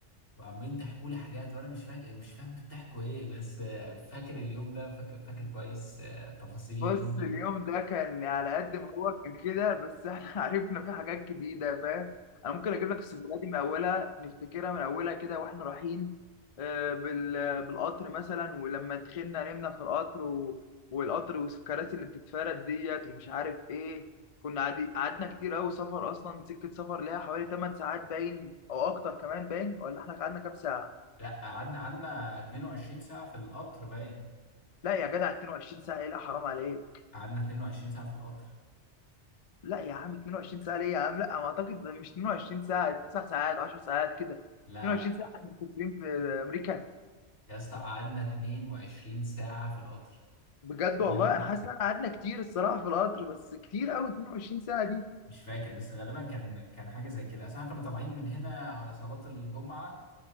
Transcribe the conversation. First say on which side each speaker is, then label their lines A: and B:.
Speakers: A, on the left; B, on the left.
A: وعمالين تحكوا لي حاجات وانا مش فاكر مش فاهم انتوا بتحكوا ايه بس آه، فاكر اليوم ده فاكر فاكر كويس آه، تفاصيل اليوم
B: بص
A: ده
B: اليوم ده كان على قد ما هو كان كده بس احنا <laughs> عرفنا فيه حاجات جديدة فاهم انا ممكن اجيب لك السفرية دي من اولها نفتكرها من اولها كده واحنا رايحين آه، بال- بالقطر مثلا ولما دخلنا نمنا في القطر و... والقطر والكراسي اللي بتتفرد ديت ومش عارف ايه كنا قعدي... قعدنا كتير قوي سفر اصلا سكة سفر ليها حوالي 8 ساعات باين او اكتر كمان باين ولا احنا قعدنا كام ساعة
A: لا قعدنا قعدنا 22 ساعة في القطر باين
B: لا يا جدع 22 ساعة ايه لا حرام عليك
A: قعدنا 22 ساعة في القطر
B: لا يا عم 22 ساعة ليه يا عم لا ما اعتقد ده مش 22 ساعة 9 ساعات 10 ساعات كده
A: لا
B: 22
A: لا
B: ساعة احنا مسافرين في امريكا
A: يا اسطى قعدنا 22 ساعة في القطر
B: بجد
A: غالباً.
B: والله انا حاسس ان احنا قعدنا كتير الصراحة في القطر بس كتير قوي 22 ساعة دي
A: مش فاكر بس غالبا كان كان حاجة زي كده اصل احنا كنا طالعين من هنا على صلاة الجمعة